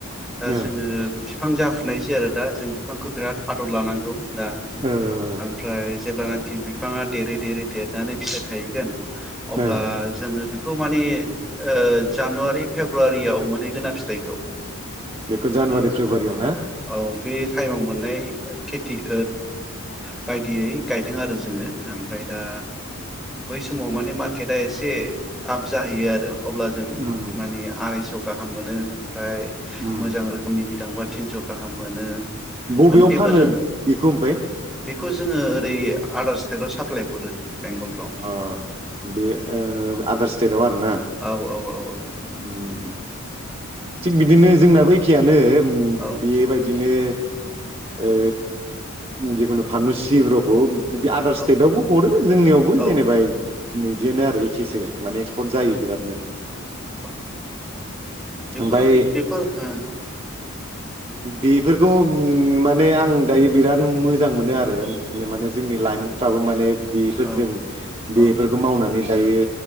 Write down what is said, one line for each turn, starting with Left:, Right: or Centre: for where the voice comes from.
Centre: दा
Right: ओ
Centre: जोङो जाफुनायसै आरो दा जों बिफांखौ बिराद आदर लानांगौ दा
Right: ओ
Centre: ओमफ्राय जेब्लानाखि बिफाङा देरै देरै देरनानै फिथाइ थायहैगोन अब्ला
Right: ओ
Centre: जोङो बेखौ माने ओ जानुवारि फेब्रुवारियाव मोनहैगोना फिथाइखौ
Right: बेखौ जानुवारि
Centre: माने
Right: फेब्रुवारियाव ना
Centre: औ बे टाइमाव मोननाय खेथि ओ बायदियै गायदों आरो जोङो ओमफ्राय दा बै समाव माने <unintelligible> आ एसे आप जाहैयो आरो अब्ला जों
Right: उम
Centre: मानिे आरायस' गाहाम मोनो ओमफ्राय
Right: उम
Centre: मोजां रोखोमनि बिदां थिनस गाहाम मोनो
Right: बबेयाव
Centre: माने बेफोरजों
Right: फानो बेखौ ओमफ्राय
Centre: बेखौ जोङो ओरै आदार स्टेटाव साप्लाय हरो बेंगलफ्राव
Right: ओ बे ओ आदार स्टेटआव आरोना
Centre: औ औ
Right: उम थिग बिदिनो जोंनाबो एखेयानो उम
Centre: औ
Right: बेबायदिनो ओ जिखुनु फानलु सिब्रखौ बे आदार स्टेटआवबो
Centre: औ
Right: हरो जोंनियावबो
Centre: औ
Right: जेनेबा बिदिनो आरो एखेसो माने एक्सपर्ट जायो बिरादनो
Centre: <inaudible> बेफोर
Right: ओमफ्राय
Centre: बेफोर ओ
Right: बेफोरखौ माने आं दायो बिराद मोजां मोनो आरो नो माने जोंनि लाइमोनफ्राबो माने बेफोरजों
Centre: ओ
Right: बेफोरखौ
Centre: औ
Right: मावनानै दायो